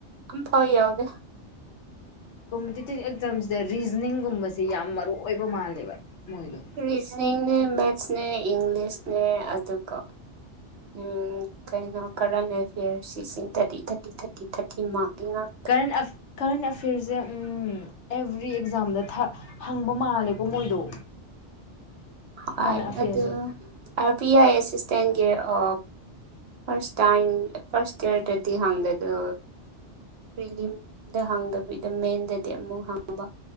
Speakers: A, on the right; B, on the left.
A: ꯑꯝꯐꯥꯎ ꯌꯥꯎꯗꯦ
B: ꯀꯣꯝꯄꯤꯇꯤꯇꯤꯞ ꯑꯦꯛꯖꯥꯝꯖꯦ ꯔꯤꯖꯅꯤꯡꯒꯨꯝꯕꯖꯦ ꯌꯥꯝ ꯃꯔꯨ ꯑꯣꯏꯕ ꯃꯥꯜꯂꯦꯕ ꯃꯣꯏꯗꯣ
A: ꯔꯤꯖꯅꯤꯡꯅꯦ ꯃꯦꯠꯁꯅꯦ ꯏꯪꯂꯤꯁꯅꯦ ꯑꯗꯨꯒ ꯎꯝ ꯀꯩꯅꯣ ꯀꯔꯟ ꯑꯦꯐꯤꯌꯔꯁ ꯁꯤꯁꯤꯡ ꯊꯥꯔꯇꯤ ꯊꯥꯔꯇꯤ ꯊꯥꯔꯇꯤ ꯊꯥꯔꯇꯤ ꯃꯥꯔꯛꯒꯤ ꯉꯥꯛ
B: ꯀꯔꯟ ꯑꯦꯐ ꯀꯔꯟ ꯑꯦꯐ꯭ꯌꯔꯖꯦ ꯎꯝ ꯑꯦꯕ꯭ꯔꯤ ꯑꯦꯛꯖꯥꯝꯗ ꯊꯥ ꯍꯪꯕ ꯃꯥꯜꯂꯦꯀꯣ ꯃꯣꯏꯗꯣ
A: ꯍꯣꯏ
B: ꯀꯔꯦꯟ ꯑꯦꯐꯤꯌꯔꯁꯦ
A: ꯑꯗꯨ ꯑꯥꯔ ꯕꯤ ꯑꯥꯏ ꯑꯦꯁꯤꯁꯇꯦꯟꯒꯤ ꯑꯣ ꯐꯁ ꯇꯥꯏꯝ ꯐꯁ ꯑꯦꯔꯗꯗꯤ ꯍꯪꯗꯦ ꯑꯗꯨ ꯄ꯭ꯔꯤꯂꯤꯝꯗ ꯍꯥꯡꯗꯕꯤꯗ ꯃꯦꯟꯗꯗꯤ ꯑꯃꯨꯛ ꯍꯪꯕ